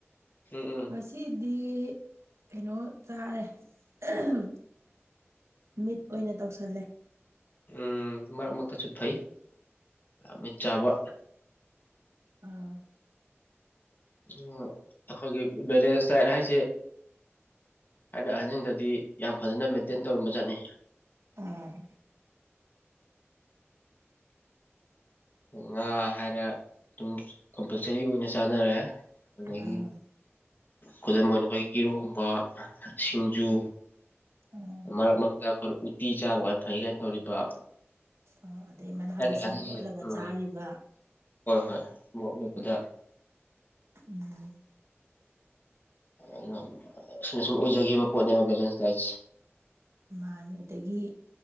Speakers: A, on the left (about 45°); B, on the right (about 85°).
A: ꯎꯝ ꯎꯝ
B: ꯉꯁꯤꯗꯤ ꯀꯩꯅꯣ ꯇꯥꯔꯦ ꯑꯥꯍꯝ ꯃꯤꯠ ꯑꯣꯏꯅ ꯇꯧꯁꯜꯂꯦ
A: ꯎꯝ ꯃꯔꯛ ꯃꯔꯛꯇꯥꯁꯨ ꯐꯩ ꯑꯥ ꯃꯤꯠ ꯆꯥꯕ
B: ꯑꯥ
A: ꯎꯝ ꯑꯈꯣꯏꯒꯤ ꯕꯦꯂꯦꯟꯁ ꯗꯥꯏꯠ ꯍꯥꯏꯁꯦ ꯊꯥꯏꯅ ꯑꯍꯟꯖꯤꯡꯗꯥꯗꯤ ꯌꯥꯝ ꯐꯖꯅ ꯃꯦꯟꯇꯦꯟ ꯇꯧꯔꯝꯕ ꯖꯥꯠꯅꯤ
B: ꯑꯥꯝ
A: ꯉꯥ ꯍꯥꯏꯔ ꯇꯨꯝꯁ ꯀꯝꯄꯜꯁꯔꯤ ꯑꯣꯏꯅ ꯆꯥꯅꯔꯦ ꯑꯗꯒꯤ
B: ꯑꯥ
A: ꯈꯨꯗꯝ ꯑꯣꯏꯅ ꯑꯈꯣꯏꯒꯤ ꯏꯔꯣꯝꯕ ꯁꯤꯡꯖꯨ
B: ꯎꯝ
A: ꯃꯔꯛ ꯃꯔꯛꯇꯥ ꯑꯈꯣꯏꯅ ꯎꯇꯤ ꯆꯥꯕꯒ ꯐꯩ ꯀꯥꯏꯅ ꯇꯧꯔꯤꯕ
B: ꯑꯥ ꯑꯗꯩ ꯃꯅꯥ
A: ꯊꯥꯏꯅ
B: ꯃꯁꯤꯡ
A: ꯑꯍꯟꯁꯦ
B: ꯀꯣꯠꯂꯒ
A: ꯎꯝ
B: ꯆꯥꯔꯤꯕ
A: ꯍꯣꯏ ꯍꯣꯏ ꯃꯣꯔꯣꯛ ꯃꯦꯠꯄꯗ
B: ꯎꯝ
A: ꯑꯗꯨꯅ ꯑꯁꯤꯅ ꯁꯨꯝ ꯑꯣꯏꯖꯒꯤꯕ ꯄꯣꯠꯅꯦꯕ ꯕꯦꯂꯦꯟꯁ ꯗꯥꯏꯠꯁꯦ
B: ꯃꯥꯅꯤ ꯑꯗꯒꯤ